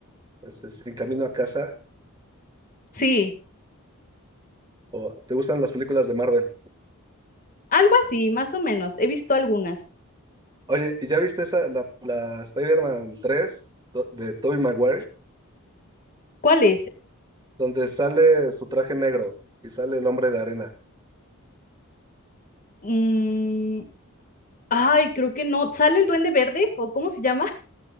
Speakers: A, on the right; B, on the left.
A: este, Sin Camino a Casa.
B: sí,
A: ¿O te gustan las películas de Marvel?
B: algo así, más o menos. He visto algunas.
A: Oye, ¿y ya viste esa, la, la Spider-Man 3 do- de Tobey Maguire?
B: ¿Cuál es?
A: Donde sale su traje negro y sale el hombre de arena.
B: Mm, ay, creo que no. ¿Sale el Duende Verde o cómo se llama? <laughs>